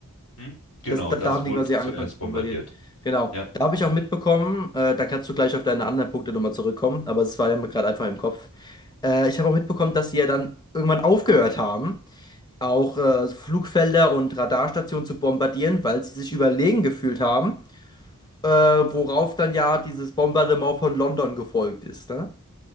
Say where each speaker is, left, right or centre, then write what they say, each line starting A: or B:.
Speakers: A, on the left; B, on the left.
A: Hm? Genau,
B: Das, da,
A: das
B: da haben
A: wurde
B: die quasi
A: zuerst
B: angefangen zu
A: bombardiert.
B: bombardieren. Genau.
A: Ja.
B: Da habe ich auch mitbekommen, äh, da kannst du gleich auf deine anderen Punkte nochmal zurückkommen, aber es war ja mir gerade einfach im Kopf. Äh, ich habe auch mitbekommen, dass sie ja dann irgendwann aufgehört haben. auch äh, also Flugfelder und Radarstationen zu bombardieren, weil sie sich überlegen gefühlt haben, äh, worauf dann ja dieses Bombardement von London gefolgt ist. Ne?